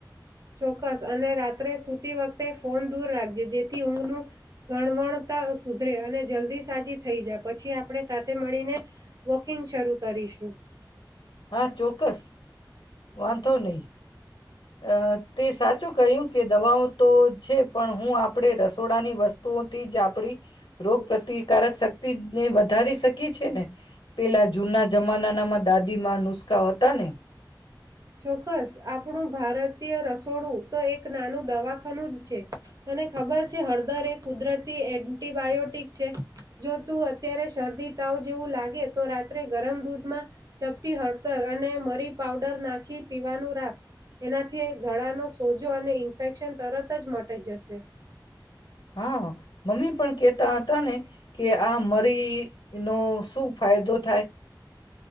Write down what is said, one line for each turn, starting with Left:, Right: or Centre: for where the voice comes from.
Right: ચોક્કસ અને રાત્રે સુતી વખતે ફોન દૂર રાખજે જેથી ઊંઘનું ગણવણતા સુધરે અને જલ્દી સાજી થઈ જા પછી આપણે સાથે મળીને વોકિંગ શરૂ કરીશું.
Left: હા ચોક્કસ વાંધો નહીં. અ તે સાચું કહ્યું કે દવાઓ તો છે પણ હું આપણે રસોડાની વસ્તુઓથી જ આપડી રોગપ્રતિકારક શક્તિને વધારી શકીએ છે ને? પેલા જૂના જમાનામાં દાદીમાં નુસકા હતા ને!
Right: ચોક્કસ આપણું ભારતીય રસોડું તો એક નાનું દવાખાનું જ છે તને ખબર છે હળદર એ કુદરતી એન્ટિબાયોટિક છે, જો તું અત્યારે શરદી તાવ જેવું લાગે તો રાત્રે ગરમ દૂધમાં ચપટી હળદર અને મરી પાવડર ના ખી પીવાનું રાખ એનાથી ગળાનો સોજો અને ઇન્ફેક્શન તરત જ મટી જશે.
Left: હા, મમ્મી પણ કેતા હતા ને કે આ મરી નો શું ફાયદો થાય?